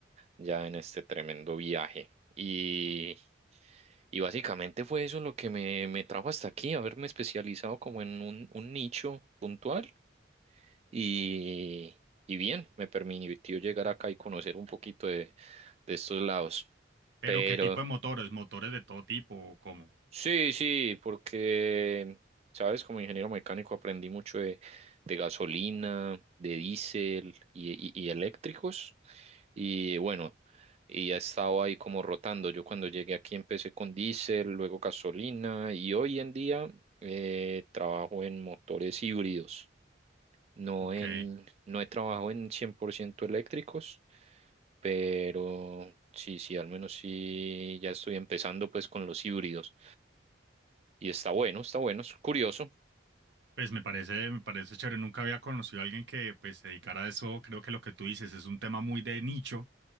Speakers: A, on the right; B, on the right.
A: ya en este tremendo viaje. Y, y básicamente fue eso lo que me, me trajo hasta aquí, haberme especializado como en un, un nicho puntual y, y bien, me permitió llegar acá y conocer un poquito de, de estos lados.
B: Pero
A: Pero
B: ¿qué tipo de motores? ¿Motores de todo tipo o cómo?
A: Sí, sí, porque, sabes, como ingeniero mecánico aprendí mucho de, de gasolina, de diésel y, y- y eléctricos. Y bueno, y he estado ahí como rotando. Yo cuando llegué aquí empecé con diésel, luego gasolina y hoy en día eh, trabajo en motores híbridos. No
B: Ok.
A: en, no he trabajado en 100% eléctricos, pero sí, sí, al menos sí, ya estoy empezando pues con los híbridos. Y está bueno, está bueno, es curioso.
B: Pues me parece, me parece chévere. Nunca había conocido a alguien que pues se dedicara a eso. Creo que lo que tú dices es un tema muy de nicho